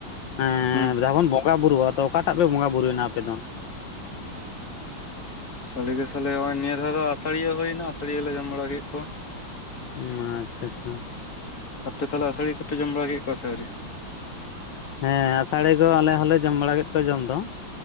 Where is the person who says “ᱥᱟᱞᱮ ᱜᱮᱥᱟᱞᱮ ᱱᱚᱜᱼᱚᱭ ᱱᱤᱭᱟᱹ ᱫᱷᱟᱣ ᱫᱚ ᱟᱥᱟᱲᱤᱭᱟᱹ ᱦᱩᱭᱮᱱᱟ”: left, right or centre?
Left